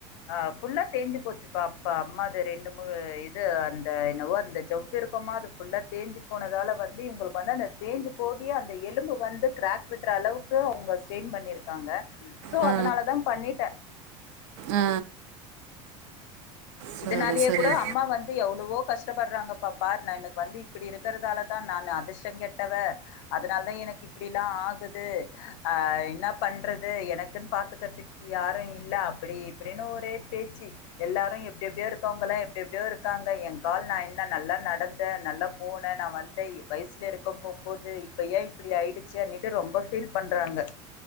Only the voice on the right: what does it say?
ஆ
ஆ சரி
சரி